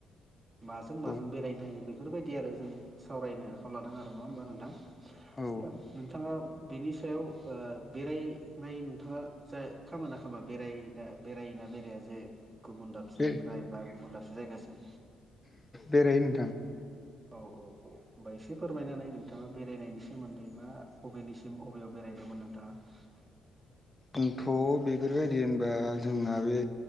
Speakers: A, on the right; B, on the left.
A: माजों माजों
B: औ
A: बेरायनो हायो बेफोरबायदि आरो जों सावरायनो आखायाव लादों आरो नङा हबा नोंथां
B: औ
A: दा नोंथांङा बिनि सायाव बेरायनाय नोंथाङा जा खामोना खामा बेराय दा बेरायोना बेराया जे गुबुन दाबसेनिफ्राय
B: बे
A: बा गुबुन दाबसे जायगासिम
B: बेरायो नोंथां
A: औ औ औ बायसे फोरमायनानै नोंथाङा बेरायनायनि सोमोन्दै मा बबेनिसिम बबेयाव बेरायदोंमोन नोंथाङा
B: आंथ' बेफोरबायदि होनबा जोंहा बे